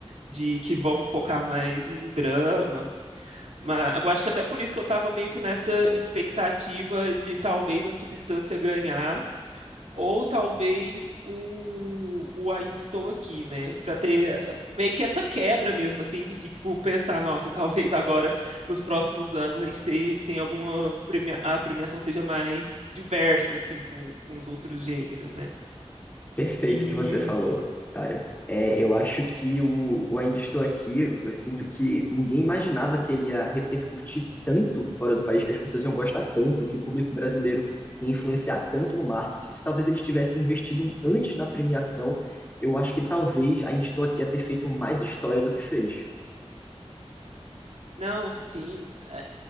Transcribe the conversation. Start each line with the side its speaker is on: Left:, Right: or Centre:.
Right: de que vão focar mais num drama. Mas eu acho que até por isso que eu tava meio que nessa expectativa de talvez a Substância ganhar ou talvez o, o Ainda Estou Aqui, né? Pra ter ah, meio que essa quebra mesmo, assim, e tipo, pensar, nossa, <laughs> talvez agora, nos próximos anos, a gente tem, tem alguma premia, a premiação seja mais diversa, assim, com, com os outros gêneros, né?
Left: Perfeito
Right: E.
Left: o que você falou, cara. É,
Right: sim.
Left: eu acho que o, o Ainda Estou Aqui, eu sinto que ninguém imaginava que ele ia repercutir tanto fora do país, que as pessoas iam gostar tanto, que o público brasileiro ia influenciar tanto no marketing. Se talvez eles tivessem investido antes na premiação, eu acho que talvez Ainda Estou Aqui ia ter feito mais história do que fez.
Right: Não, sim. É,